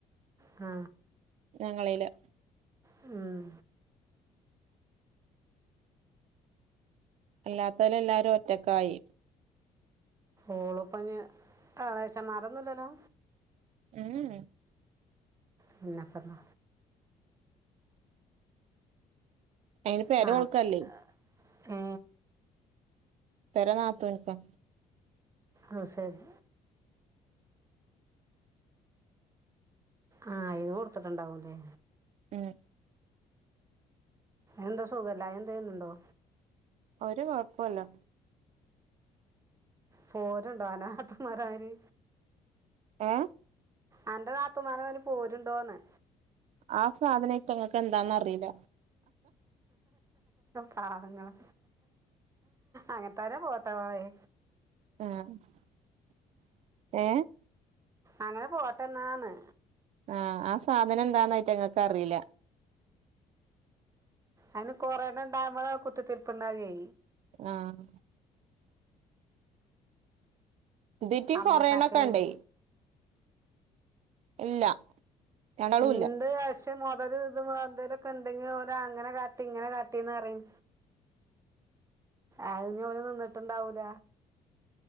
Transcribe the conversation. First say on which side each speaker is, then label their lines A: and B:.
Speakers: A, on the right (about 20°); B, on the right (about 55°).
A: ആ
B: ഞങ്ങലില്ല
A: ഉം.
B: അല്ലാത്തോല എല്ലാരും ഒറ്റക്കായി
A: ഓളപ്പഞ് എളേച്ഛമാരോ ന്നുംല്ലല്ലോ
B: ഉം
A: പിന്നെപ്പന്ന
B: അയിന് പെരോൾക്കല്ലേ
A: നാത്ത് ഏ
B: പെര നാത്തൂൻകാ
A: അഅ് സരി ആഹ അയ്‌ന് കൊടുത്തിട്ട് ണ്ടാവൂല്ലേ
B: ഉം
A: എന്താ സുഖല്ലായി ന്തേലുണ്ടോ
B: ഒരു കൊഴപ്പോല്ല
A: പോരുണ്ടോ അന്റെ നാത്തൂന്മാരാരി
B: ഏ
A: അന്റെ നാത്തൂമാരെ അവന് പോരുണ്ടോന്ന്
B: ആ സാധനം ഈറ്റങ്ങൾക്ക് എന്താന്നറിയില്ല.
A: പാവങ്ങള് അങ്ങനത്താര പോട്ട പോലെ
B: ആഹ്ഏ?
A: അങ്ങനെ പോട്ടെന്നാന്ന്.
B: ആ ആ സാധനം എന്താന്ന് അയിറ്റങ്ങക്കറിയില്ല.
A: അതിന് കൊറേണ്ണണ്ടാകുമ്പളെ കുത്തിത്തിർപ്പ്ണ്ടാകേ.
B: ആഹ് ഇതീറ്റും
A: അമ്മൂസാക്ക്
B: കൊറയണ്ണൊക്കെണ്ടേ. ഇല്ല രണ്ടാളും
A: എന്ത്
B: ഇല്ല
A: അശി പക്ഷെ മൊതല് ത് ന്തേലൊക്കെണ്ടെങ്കിലവര് അങ്ങനെ കാട്ടി ഇങ്ങനെ കാട്ടിന്നറിം അയ്ന്നോല് നിന്ന്ട്ട്ണ്ടാവൂല